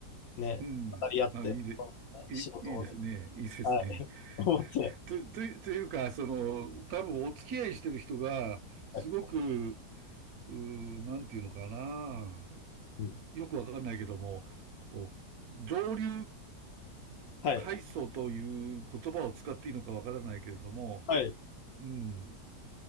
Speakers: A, on the left; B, on the right.
A: ね、
B: うん。
A: 語り合って、
B: あ、いいで、
A: このね仕事をね、
B: いい、いいですね。いいですね。
A: はい、<laughs> 思って、
B: と、という、というか、その、多分お付き合いしてる人が、
A: はい。
B: すごく、うー、なんていうのかな。
A: うん
B: よくわかんないけども、お上流
A: はい。
B: 階層という言葉を使っていいのかわからないけれども、
A: はい。
B: うん、